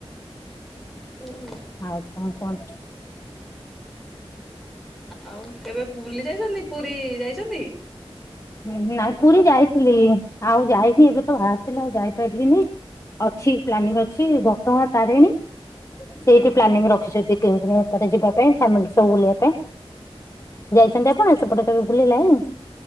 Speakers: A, in the centre; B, on the left.
A: ହୁଁ
B: ଆଉ କଣ କୁହନ୍ତୁ?
A: ଆଉ କେବେ ବୁଲି ଯାଇଛନ୍ତି ପୁରୀ ଯାଇଛନ୍ତି?
B: ହୁଁ ନାଇଁ ପୁରୀ ଯାଇଥିଲି ଆଉ ଯାଇନି ଏବେ ତ ବାହାରିଥିଲି ଆଉ ଯାଇପାରିଲିନି। ଅଛି ପ୍ଲାନିଂ ଅଛି ଘଟଗାଁ ତାରିଣୀ ସେଇଠି
A: ହୁଁ
B: ପ୍ଲାନିଂ
A: ହୁଁ।
B: ରଖିଛନ୍ତି। ତିନି ଦିନ ଭିତରେ ଯିବା ପାଇଁ ଫ୍ୟାମିଲି ସବୁ ବୁଲିବା ପାଇଁ ଯାଇଛନ୍ତି। ଆପଣ ସେପଟେ ତେବେ ଭୁ <unintelligible>